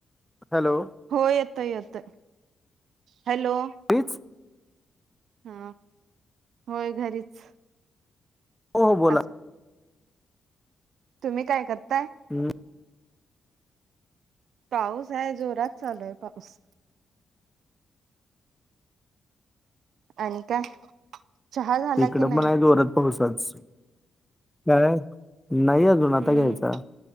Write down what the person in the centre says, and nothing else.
हॅलो.
तीच
हो बोला
हो
हम्
तिकडं
पण आहे दोरात पावसच काय नाही. ण आता
घ्यायचा.